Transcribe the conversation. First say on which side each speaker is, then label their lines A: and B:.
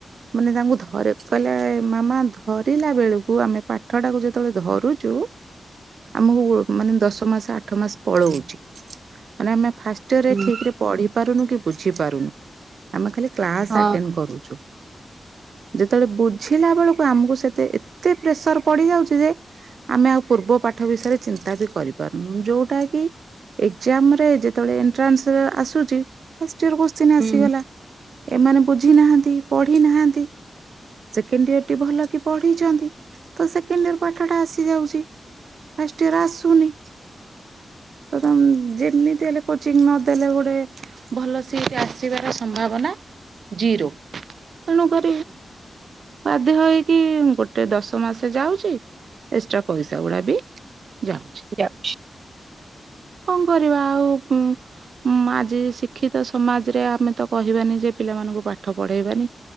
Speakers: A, on the right; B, on the right.
A: ମାନେ ତାଙ୍କୁ ଧରେ କହିଲେ ମାମା ଧରିଲା ବେଳକୁ ଆମେ ପାଠ ଟାକୁ ଯେତେବେଳେ ଧରୁଛୁ। ଆମକୁ ମାନେ ଦଶ ମାସ ଆଠ ମାସ ପଳଉଛି, ମାନେ ଆମେ। ଫାଷ୍ଟ ଇୟର୍
B: ହୁଁ
A: ଠିକ ରେ ପଢି ପାରୁନୁ କି ବୁଝି ପାରୁନୁ ଆମେ ଖାଲି କ୍ଲାସ୍
B: ହଁ
A: ଆଟେଣ୍ଡ କରୁଛୁ। ଯେତେବେଳେ ବୁଝିଲା ବେଳକୁ ଆମକୁ ସେତେ ଏତେ ପ୍ରେସର ପଡି ଯାଉଛି ଯେ ଆମେ ଆଉ ପୂର୍ବ ପାଠ ବିଷୟରେ ଚିନ୍ତା ବି କରିପାରୁନୁ ଯୋଉଟା କି ଏକ୍ସାମ୍ ରେ ଯେତେବେଳେ ଏଣ୍ଟ୍ରାନ୍ସ ଆସୁଛି ଫାଷ୍ଟ ଇୟର୍ କୋତ୍ସିନ
B: ହୁଁ।
A: ଆସିଗଲା, ଏମାନେ ବୁଝି ନାହାନ୍ତି, ପଢି ନାହାନ୍ତି। ସେକେଣ୍ଡ ଇୟର୍ ଟି ଭଲକି ପଡ଼ିଛନ୍ତି, ତ ସେକେଣ୍ଡ ଇୟର୍ ର ପାଠ ଟା ଆସିଯାଉଛି। ଫାଷ୍ଟଇୟର୍ ର ଆସୁନି, ତର ଯେମିତି ହେଲେ। କୋଚିଂ ନଦଲେ ଗୋଟେ ଭଲ ସିଟ ଆସିବାର ସମ୍ଭାବନା ଜିରୋ, ତେଣୁ କ
B: ହୁଁ <inaudible>
A: ବାଧ୍ୟ ହେଇକି ଗୋଟେ ଦଶ ମାସ ଯାଉଛି, ଏକ୍ସଟ୍ରା ପଇସା ଗୁଡା ବି ଯାଉଛି
B: ଯାଉଚି।
A: <inaudible> କଣ କରିବା ଆଉ ଆଜି ଶିକ୍ଷିତ ସମାଜରେ ଆମେ ତ କହିବାନି ଯେ ପିଲାମାନେ ମାନଙ୍କୁ ପାଠ ପଢ଼େଇବାନି।